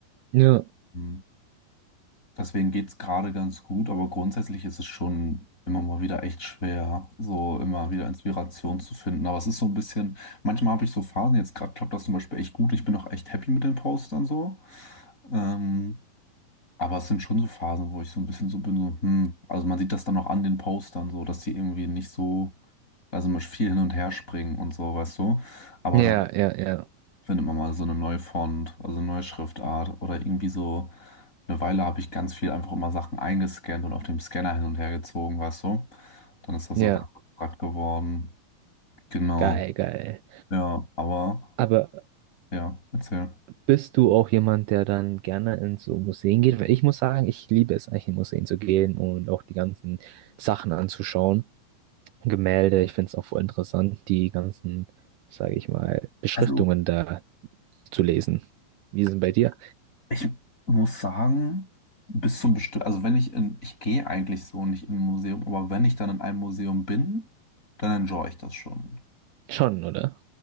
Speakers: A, on the right (about 85°); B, on the left (about 20°).
A: Ja,
B: Ähm, Deswegen geht's gerade ganz gut, aber grundsätzlich ist es schon immer mal wieder echt schwer, so immer wieder Inspiration zu finden. Aber es ist so ein bisschen, manchmal habe ich so Phasen, jetzt gerade klappt das zum Beispiel echt gut, ich bin auch echt happy mit den Postern so. Ähm, aber es sind schon so Phasen, wo ich so ein bisschen so bin, so, hm, also man sieht das dann auch an den Postern so, dass die irgendwie nicht so, also man viel hin und her springen und so, weißt du. Aber
A: ja,
B: dann
A: ja, ja,
B: findet man mal so eine neue Font, also eine neue Schriftart oder irgendwie so. Eine Weile habe ich ganz viel einfach immer Sachen eingescannt und auf dem Scanner hin und her gezogen, weißt du? Dann ist das
A: ja,
B: so ganz abstrakt geworden. Genau.
A: geil, geil.
B: Ja, aber
A: Aber
B: ja, erzähl.
A: bist du auch jemand, der dann gerne in so Museen geht? Weil ich muss sagen, ich liebe es eigentlich in Museen zu gehen und auch die ganzen Sachen anzuschauen. Gemälde, ich finde es auch voll interessant, die ganzen, sage ich mal, Beschriftungen
B: Also
A: da zu lesen. Wie ist es denn bei dir?
B: ich muss sagen, bis zum bestimmten, also wenn ich in, ich gehe eigentlich so nicht in ein Museum, aber wenn ich dann in einem Museum bin, dann enjoy ich das schon.
A: Schon, oder?